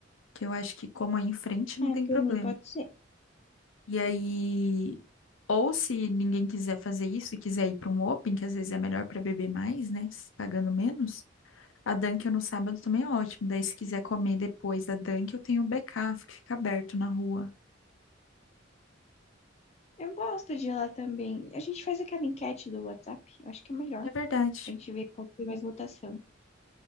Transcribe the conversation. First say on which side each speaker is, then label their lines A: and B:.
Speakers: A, on the left (about 85°); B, on the left (about 35°).
A: que eu acho que como aí em frente
B: Ah,
A: não tem
B: por
A: problema.
B: mim, pode ser.
A: E aí, ou se ninguém quiser fazer isso e quiser ir para um open, que às vezes é melhor para beber mais, né, se pagando menos, a Dunkin' no sábado também é ótimo. Daí se quiser comer depois da Dunkin', eu tenho o BK que fica aberto na rua.
B: Eu gosto de ir lá também. A gente faz aquela enquete do WhatsApp, eu acho que é melhor.
A: É verdade.
B: A gente vê qual que tem mais votação.